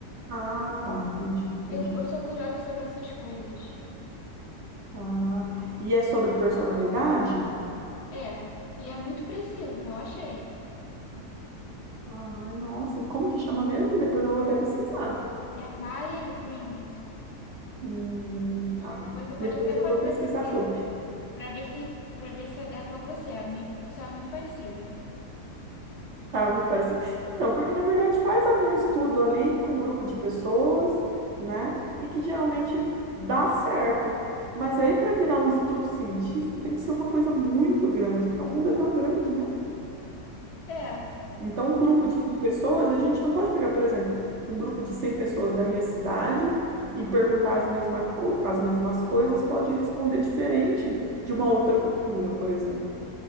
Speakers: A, on the right; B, on the left.
A: Ah, tá, entendi, entendi.
B: Eu, eu sou curiosa sobre essas coisas.
A: Ah, e é sobre personalidade?
B: É, e é muito preciso, eu achei.
A: Ai, nossa, como que chama mesmo? Depois eu vou até pesquisar.
B: É Myers-Briggs.
A: Hum, tá.
B: Aí depois você pode
A: Depois
B: até fazer
A: eu vou pesquisar
B: também,
A: sobre.
B: Pra ver se para ver se adequa a você. A mim saiu muito parecido.
A: Tá muito parecido. Então, porque na verdade faz algum estudo ali com um grupo de pessoas, né? E que geralmente dá certo. Mas aí para virar um estudo científico tem que ser uma coisa muito grande, porque o mundo é tão grande, né?
B: É,
A: Então, um grupo de 100 pessoas, a gente não pode pegar, por exemplo, um grupo de 100 pessoas da minha cidade e perguntar as mesma, co- as mesmas coisas, pode responder diferente de uma outra cultura, por exemplo.